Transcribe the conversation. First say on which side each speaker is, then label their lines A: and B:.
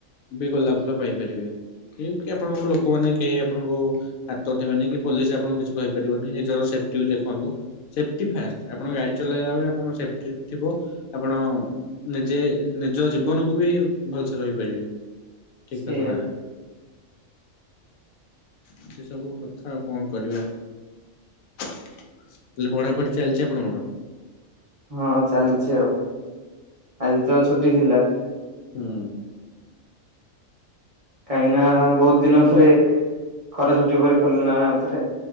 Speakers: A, on the left (about 85°); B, on the right (about 35°).
A: ବି ଗୋଲାପ ଫୁଲ ପାଇପାରିବେ। କି ଆପଣଙ୍କ ଲୋକମାନେ କି କେହି ଆପଣଙ୍କୁ ହାତ ଉଠେଇବେନି କି ପୋଲିସ ଆପଣଙ୍କୁ କିଛି କହିପାରିବନି ନିଜର ସେଫ୍ଟି ବି ଦେଖନ୍ତୁ। ସେଫ୍ଟି ଫାଷ୍ଟ ଆପଣ ଗାଡ଼ି ଚଲାଇଲା ବେଳେ ଆପଣଙ୍କ ସେଫ୍ଟି ଥିବ ଆପଣ ନିଜେ ନିଜ ଜୀବନକୁୁ ବି ଭଲସେ ରହିପାରିବେ। ଠିକ
B: ସେଇଆ।
A: କଥା ନାଇଁ ନା? ଏତେ ସବୁ କଥା ଆଉ କଣ କରିବା। ହେଲେ ପଢାପଢି ଚାଲିଚି ଆପଣଙ୍କର?
B: ହଁ ଚାଲିଛି ଆଉ। ଆଜି ତ ଛୁଟି ଥିଲା।
A: ହୁଁ
B: କାହିଁକି ନା ବୋହୁତ ଦିନ ପରେ ଖରା ଛୁଟି ପରେ ଖୋଲିଲା ନା-ନାଉ ଥରେ।